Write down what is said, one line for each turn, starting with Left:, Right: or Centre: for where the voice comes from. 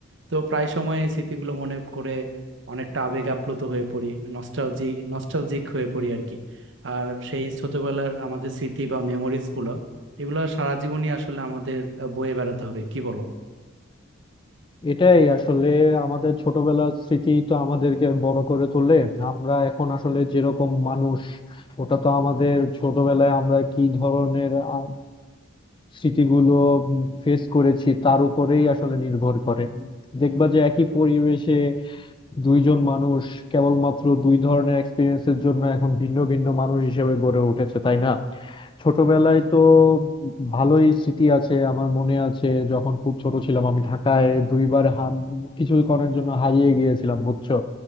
Right: তো প্রায় সময় এই স্মৃতিগুলো মনে করে অনেকটা আবেগ আপ্লুত হয়ে পড়ি নস্টালজি নস্টালজিক হয়ে পড়ি আর কি আর সেই ছোটবেলার আমাদের স্মৃতি বা মেমোরিজগুলো এগুলো সারা জীবনই আসলে আমাদের আহ, বয়ে বেড়াতে হবে কি বলো
Left: এটাই আসলে আমাদের ছোটবেলার স্মৃতি তো আমাদেরকে বড় করে তোলে আমরা এখন আসলে যেরকম মানুষ ওটা তো আমাদের ছোটবেলায় আমরা কি ধরনের আহ, স্মৃতিগুলো ফেস করেছি তার উপরেই আসলে নির্ভর করে দেখবা যে একই পরিবেশে দুইজন মানুষ কেবলমাত্র দুই ধরনের এক্সপিরিয়েন্সের জন্য এখন ভিন্ন ভিন্ন মানুষ হিসেবে গড়ে উঠেছে তাই না ছোটবেলায় তো ভালোই স্মৃতি আছে আমার মনে আছে যখন খুব ছোট ছিলাম আমি ঢাকায় দুইবার হা- কিছুক্ষণের জন্য হারিয়ে গিয়েছিলাম বুঝছো